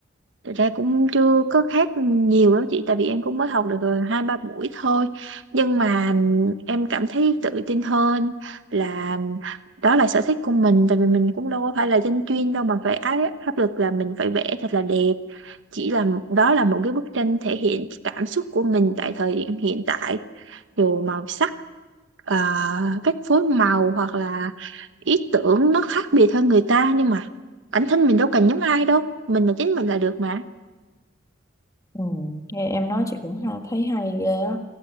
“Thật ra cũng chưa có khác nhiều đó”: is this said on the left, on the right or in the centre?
Right